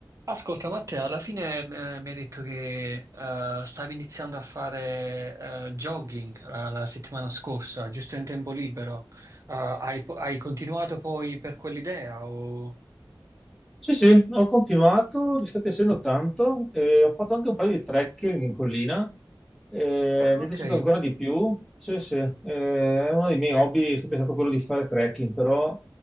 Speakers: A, on the right; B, in the centre.
A: Ascolta, Matteo, alla fine eh, mi ha detto che eh, stavi iniziando a fare eh, jogging eh, la settimana scorsa, giusto in tempo libero. Eh, hai, hai continuato poi per quell'idea? O...
B: Sì, sì, ho continuato, mi sta piacendo tanto, e ho fatto anche un paio di trekking in collina, e
A: Ah,
B: mi
A: ok,
B: è piaciuto ancora di più, sì, sì, eh, è uno dei miei hobby, è sempre stato quello di fare trekking, però